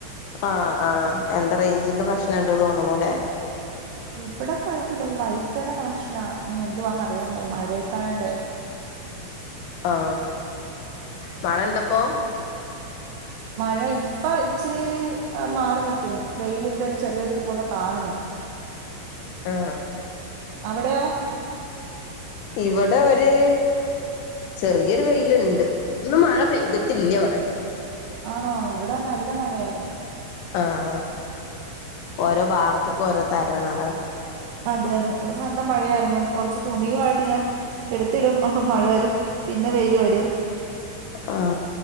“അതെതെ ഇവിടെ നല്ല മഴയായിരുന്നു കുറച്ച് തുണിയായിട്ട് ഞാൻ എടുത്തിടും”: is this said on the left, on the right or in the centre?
Right